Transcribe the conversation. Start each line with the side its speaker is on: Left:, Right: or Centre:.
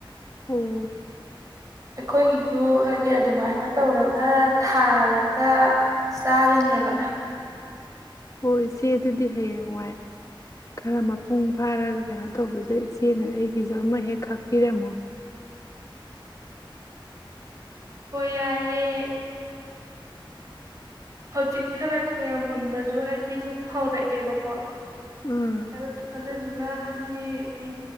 Left: ꯑꯣ
Right: ꯑꯩꯈꯣꯏꯒꯤꯁꯨ ꯍꯥꯏꯗꯤ ꯑꯗꯨꯃꯥꯏꯅ ꯇꯧꯔꯒ ꯊꯥꯔꯒ ꯆꯥꯔꯤꯅꯦꯕ
Left: ꯑꯣ ꯏꯆꯦꯗꯨꯗꯤ ꯍꯌꯦꯡꯋꯥꯏ ꯈꯔ ꯃꯄꯨꯡ ꯐꯥꯔꯒ ꯀꯩꯅꯣ ꯇꯧꯕꯗ ꯏꯆꯦꯅ ꯑꯩꯒꯤꯁꯨ ꯑꯃ ꯍꯦꯛ ꯈꯥꯛꯄꯤꯔꯝꯃꯣ
Right: ꯍꯥꯏ ꯌꯦꯦ ꯍꯧꯖꯤꯛ ꯈꯔ ꯈꯔ ꯃꯨꯟꯕꯁꯨ ꯍꯥꯏꯗꯤ ꯁꯨꯝ ꯍꯧꯔꯛꯑꯦꯕꯀꯣ
Left: ꯎꯝ
Right: ꯑꯗꯨ ꯑꯗꯨ ꯑꯗꯨꯅ ꯍꯥꯏꯗꯤ ꯎ